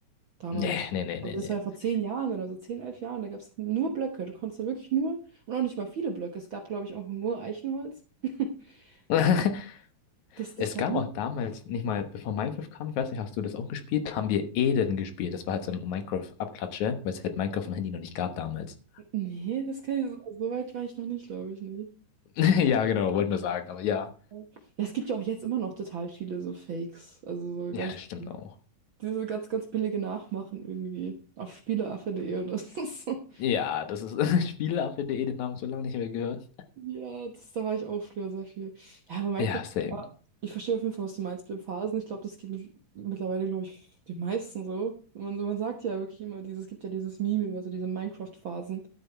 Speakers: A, on the right; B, on the left.
A: damals.
B: Nee, nee, nee, nee,
A: Also das
B: nee.
A: war ja vor zehn Jahren oder so, zehn, elf Jahren. Da gab es nur Blöcke. Du konntest ja wirklich nur, und auch nicht mal viele Blöcke. Es gab, glaube ich, auch nur Eichenholz. <laughs>
B: <laughs>
A: So, Das, das
B: Es
A: war
B: gab
A: nicht.
B: auch damals, nicht mal, bevor Minecraft kam, ich weiß nicht, hast du das auch gespielt? Haben wir Eden gespielt. Das war halt so ein Minecraft-Abklatsche, weil es halt Minecraft am Handy noch nicht gab damals.
A: Nee, das kann ich, so so weit war ich noch nicht, glaube ich, nee.
B: <laughs> Ja, genau, wollte nur sagen, aber ja.
A: Ja, es gibt ja auch jetzt immer noch total viele so Fakes. Also so
B: Ja,
A: ganz,
B: das stimmt auch.
A: diese ganz, ganz billige Nachmachen irgendwie. Auf spieleaffe.de oder <laughs> so.
B: Ja, das ist <laughs> Spiele, auf die Eden haben so lange nicht mehr gehört.
A: Ja, das, da war ich auch früher sehr viel. Ja, aber Minecraft,
B: Ja, same.
A: ah, ich verstehe auf jeden Fall, was du meinst mit den Phasen. Ich glaube, das geht mit, mittlerweile, glaube ich, den meisten so. Man, man sagt ja wirklich immer, dieses, es gibt ja dieses Meme über so diese Minecraft-Phasen.